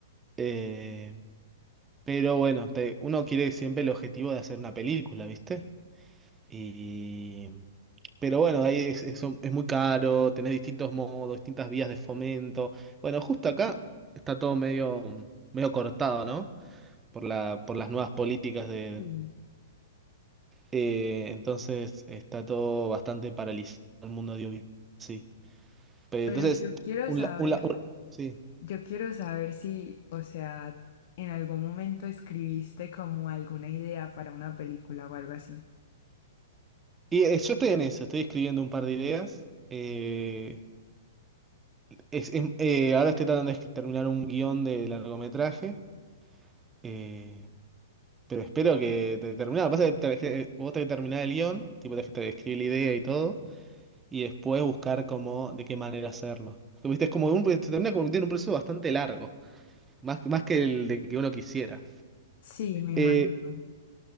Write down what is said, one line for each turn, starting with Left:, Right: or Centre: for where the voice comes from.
Right: eh, pero bueno, te- uno quiere siempre el objetivo de hacer una película, ¿viste? Y, pero bueno, ahí es, es, es muy caro, tenés distintos modos, distintas vías de fomento. Bueno, justo acá está todo medio, medio cortado, ¿no? Por la, por las nuevas políticas de...
Left: Sí.
Right: Eh, entonces está todo bastante paralizado el mundo audiovisual. Sí. Pero
Left: Pero
Right: entonces,
Left: yo quiero
Right: un,
Left: saber,
Right: la- un la- un- sí.
Left: yo quiero saber si, o sea, en algún momento escribiste como alguna idea para una película o algo así.
Right: Y eh, yo estoy en eso, estoy escribiendo un par de ideas. eh, es- es- eh, ahora estoy tratando de escri- terminar un guión de largometraje. eh, pero espero que te terminado. Pasa que te- que vos tenés que terminar el guión, tipo tenés que te- escribir la idea y todo, y después buscar cómo, de qué manera hacerlo. Viste, es como un, se termina convirtiendo en un proceso bastante largo, más, más que el de que uno quisiera.
Left: Sí, me imagino.
Right: Eh,